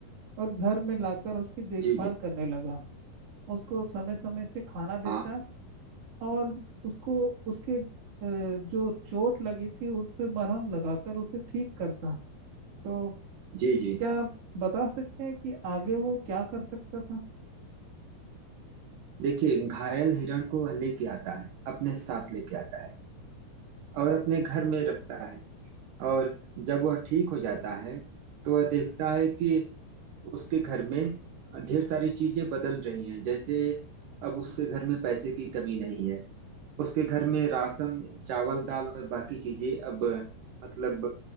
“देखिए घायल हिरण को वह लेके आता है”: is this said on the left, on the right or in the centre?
Right